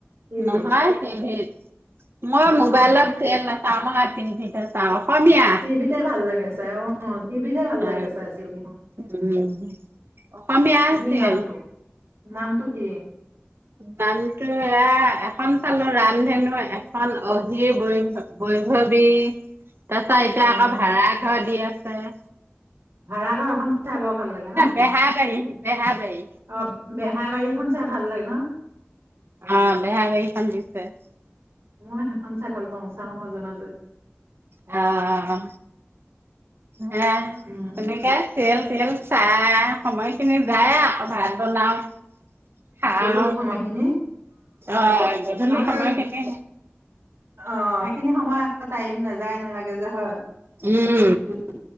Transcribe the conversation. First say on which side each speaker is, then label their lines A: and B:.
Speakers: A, on the right; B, on the right.
A: তিভি
B: নহয় টিভিত মই মোবাইলত
A: অ',
B: খেল নাচাওঁ মাত ভিতৰত চাওঁ অসমীয়া
A: টিভিতে ভাল লাগে চাই আহ টিভিতে ভাল
B: অ
A: লাগে চাই চিনিখনুন
B: উম অসমীয়া
A: বি
B: চিৰিয়েল
A: নামটো নামটো কি
B: নামটো এয়া এখন চালো ৰামধেনু এখন অহিৰ বৈ বৈভৱী তাৰ পাছত এতিয়া
A: অ',
B: আকৌ ভাড়া ঘৰ দিয়ে হে
A: ভাড়াঘৰখন চাই বৰ ভাল লাগে ন
B: বেহাবাৰী বেহাবাৰী
A: অ বেহাবাৰীখন চাই ভাল লাগে ন?
B: অ বেহাবাৰী খন দিছে <inaudible>
A: মই সেইখন চাই ভাল পাওঁ চাওঁ মাজে মাজে
B: অ অ অ হে
A: উম,
B: তুমি কা চিয়েল য়েল চাই সময়খিনি যায় আৱ আকৌ ভাত বনাওঁ খাঁৱ
A: গধূলি সময়খিনি
B: অ গধূলি
A: নহ'লে
B: সময়খিনি
A: অ সেইখিনি সময়ত টাইম নেযায় লাগে যে হয়
B: উম
A: গধূলি